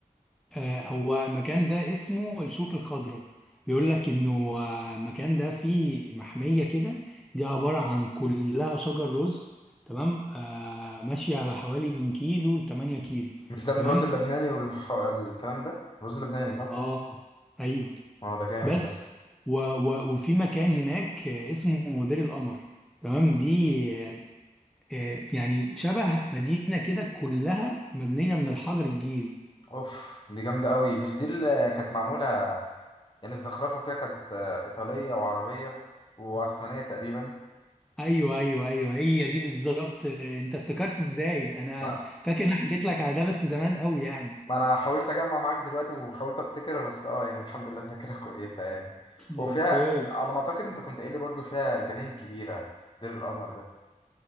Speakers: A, in the centre; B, on the left (about 35°).
A: آه، هو المكان ده اسمه الشوف الخضراء بيقول لك انه آه، المكان ده فيه محمية كده دي عبارة عن كلها شجر رز تمام آه ماشية على حوالي من كيلو لتمانية كيلو
B: مش ده الرز
A: تمام
B: اللبناني والكلام ده؟ الرز اللبناني صح؟
A: اه ايوه
B: اه ده جامد
A: بس
B: ده
A: و و وفي مكان هناك آه، اسمه دير القمر تمام دي آه، آه، يعني شبه مدينة كده كلها مبنية من الحجر الجيري
B: أوف دي جامدة أوي مش دي اللي كانت معمولة يعني الزخرفة فيها كانت آه، إيطالية وعربية وعثمانية تقريبا
A: ايوه ايوه ايوه هي دي بالظبط انت افتكرت ازاي انا
B: ما,
A: فاكر ان انا حكيت لك على ده بس زمان قوي يعني
B: ما أنا حاولت أجمع معاك دلوقتي وحاولت أفتكر بس أه يعني الحمد لله الذاكرة <laughs> كويسة يعني وفيها
A: اوكي
B: على ما أعتقد أنت كنت قايل لي برضو فيها جناين كبيرة دير القمر ده